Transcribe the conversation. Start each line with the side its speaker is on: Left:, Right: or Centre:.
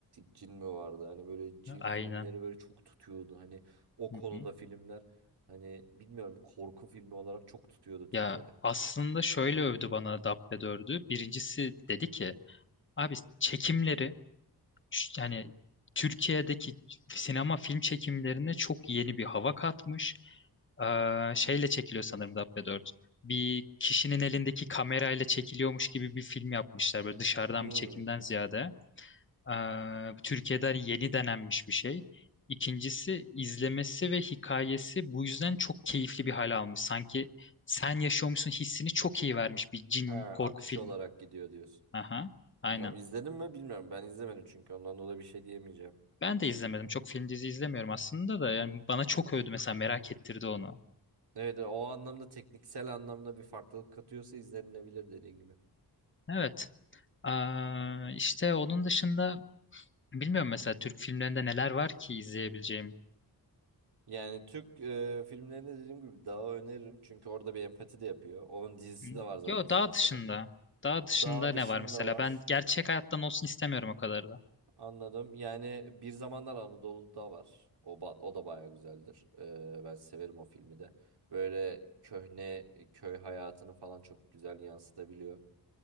Right: cin mi vardı hani böyle cin
Left: Aynen.
Right: filmleri böyle çok tutuyordu hani o konuda
Left: Hı hı.
Right: filmler hani bilmiyorum korku filmi olarak çok tutuyordu Türkiye'de.
Left: Ya aslında şöyle övdü bana Dabbe dördü. Birincisi dedi ki Abi çekimleri ş- yani Türkiye'deki sinema film çekimlerine çok yeni bir hava katmış. Ee, şeyle çekiliyor sanırım Dabbe dört. Bir kişinin elindeki kamerayla çekiliyormuş gibi bir film yapmışlar böyle dışarıdan
Right: Hmm.
Left: bir çekimden ziyade. Ee, Türkiye'de hani yeni denenmiş bir şey. İkincisi izlemesi ve hikayesi bu yüzden çok keyifli bir hale almış. Sanki sen yaşıyormuşsun hissini çok iyi vermiş bir cin
Right: ha
Left: korku
Right: akış
Left: filmi.
Right: olarak gidiyor diyorsun.
Left: Aha, aynen.
Right: Bilmiyorum izledim mi bilmiyorum ben izlemedim çünkü ondan dolayı bir şey diyemeyeceğim.
Left: Ben de izlemedim. Çok film dizi izlemiyorum aslında da. Yani bana çok övdü mesela merak ettirdi onu.
Right: Evet o anlamda tekniksel anlamda bir farklılık katıyorsa izlenilebilir dediğin gibi.
Left: Evet. Aa, işte onun dışında bilmiyorum mesela Türk filmlerinde neler var ki izleyebileceğim.
Right: Yani Türk e, filmlerinde dediğim gibi Dağ'ı öneririm. Çünkü orada bir empati de yapıyor. Onun dizisi
Left: Hı?
Right: de var zaten
Left: Yo
Right: sonrasında.
Left: daha dışında. Daha dışında
Right: Dağ dışında
Left: ne var mesela?
Right: var.
Left: Ben gerçek hayattan olsun istemiyorum o kadar da.
Right: Anladım. Yani Bir Zamanlar Anadolu'da var. O, ba- o da bayağı güzeldir. E, ben severim o filmi de. Böyle köhne köy hayatını falan çok güzel yansıtabiliyor.